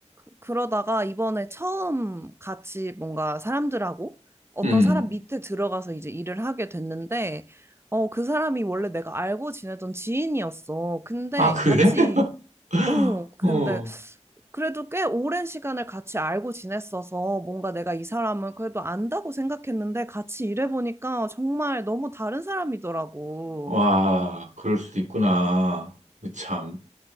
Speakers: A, on the right; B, on the right.
A: 그, 러다가 이번에 처음 같이 뭔가 사람들하고 어떤
B: 음.
A: 사람 밑에 들어가서 이제 일을 하게 됐는데, 어, 그 사람이 원래 내가 알고 지내던 지인이었어. 근데
B: 아, 그래?
A: 같이,
B: <laughs>
A: 어, 근데
B: 어,
A: 그래도 꽤 오랜 시간을 같이 알고 지냈어서 뭔가 내가 이 사람은 그래도 안다고 생각했는데 같이 일해보니까 정말 너무 다른 사람이더라고.
B: 와, 그럴 수도 있구나. 그 참.